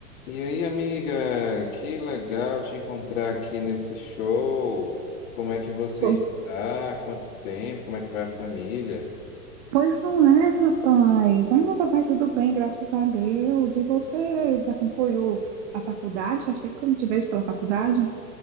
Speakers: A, on the left (about 55°); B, on the right (about 45°).
A: E aí, amiga, que legal te encontrar aqui nesse show. Como é que você
B: Po-
A: está? Quanto tempo? Como é que vai a família?
B: Pois não é, rapaz. Ah, tá- vai tudo bem, graças a Deus. E você já concluiu a faculdade? Faz tempo que eu não te vejo pela faculdade.